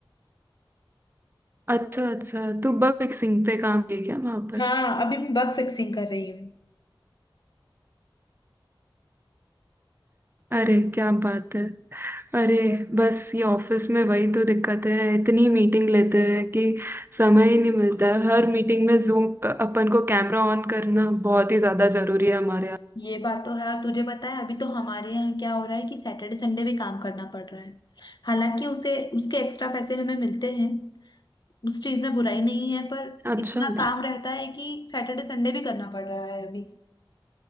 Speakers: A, on the right; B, on the left.
A: अच्छा अच्छा तो बग फिक्सिंग पे काम है क्या वहाँ पर
B: हाँ अभी मैं बग फिक्सिंग कर रही हूँ
A: अरे क्या बात है अरे बस ये ऑफिस में वही तो दिक्कत है इतनी मीटिंग लेते हैं कि समय ही नहीं मिलता है हर मीटिंग में जूम अपन को कैमरा ऑन करना बहुत ही ज्यादा जरूरी है हमारे यहाँ
B: ये बात तो है और तुझे पता है अभी तो हमारे यहाँ क्या हो रहा है कि सैटरडे संडे भी काम करना पड़ रहा है हालांकि उसे उसके एक्स्ट्रा पैसे हमें मिलते हैं उस चीज में बुराई नहीं है पर
A: अच्छा
B: इतना
A: अच्छा
B: काम रहता है कि सैटरडे संडे भी करना पड़ रहा है अभी